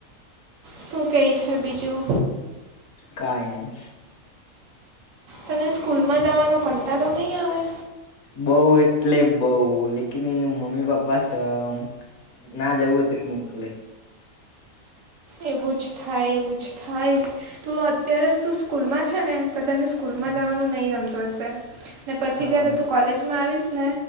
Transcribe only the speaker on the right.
શું કેય છે, બીજું?
તને સ્કૂલમાં જાવાનો કંટાડો નહીં આવે?
એવું જ એવું જ થાય તું અત્યારે તું સ્કૂલમાં છે, ને તો તને સ્કૂલમાં
જાવાનું નહીં રમતું હશે ને પછી
જયારે તું કોલેજમાં આવીશ ને